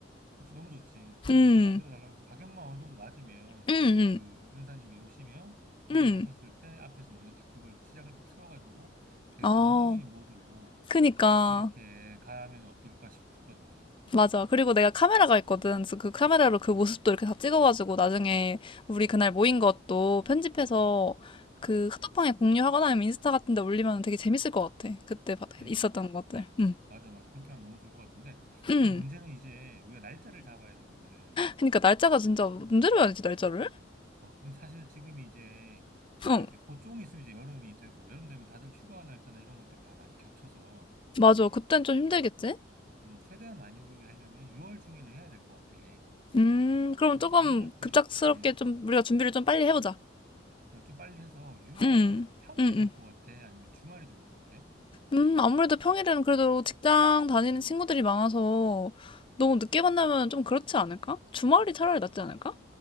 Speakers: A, on the right; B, on the left.
A: 그치, 너무 좋지. 그걸
B: 음,
A: 좀 만들어 달라고 해서 가격만 어느 정도 맞으면
B: 음,
A: 좀 그 은사님이 오시면 은사님
B: 음, 음.
A: 오셨을 때 앞에서 먼저 딱 그걸 시작할 때 틀어가지고 되게
B: 어,
A: 감동적인 모드로
B: 그니까.
A: 이렇게 가면 어떨까 싶거든.
B: 맞아. 그리고 내가 카메라가 있거든. 그래서 그 카메라로 그 모습도 이렇게 다 찍어가지고 나중에 우리 그날 모인 것도 편집해서
A: 음,
B: 그 카톡방에 공유하거나 아니면 인스타 같은 데 올리면 되게 재밌을 것 같아. 그때 바-
A: 음.
B: 있었던 것들.
A: 맞아,
B: 응.
A: 맞아, 맞아. 그렇게 하면 너무 좋을 것 같은데.
B: 응.
A: 근데 문제는 이제 우리가 날짜를 잡아야 되거든.
B: 그러니까 날짜가 진짜 문제로 해야지, 날짜를.
A: 어, 근데 사실 지금 이제 우리가
B: 응.
A: 이제 곧 조금 있으면 이제 여름이 되고, 여름 되면 다들 휴가 날짜나 이런 것들이 다 많이 겹쳐서,
B: 맞아. 그땐 좀 힘들겠지?
A: 음, 음, 최대한 많이 오게 하려면 6월 중에는 해야 될 것 같아.
B: 음, 그럼
A: 근데
B: 조금
A: 너가 생각할 때,
B: 급작스럽게
A: 음,
B: 좀 우리가 준비를 좀 빨리 해보자.
A: 아, 좀 빨리 해서 6월
B: 응.
A: 평일이
B: 응,
A: 좋을
B: 응.
A: 것 같아? 아니면 주말이 좋을 것 같아?
B: 음, 아무래도 평일에는 그래도 직장 다니는 친구들이 많아서 너무 늦게 만나면 좀 그렇지 않을까? 주말이 차라리 낫지 않을까?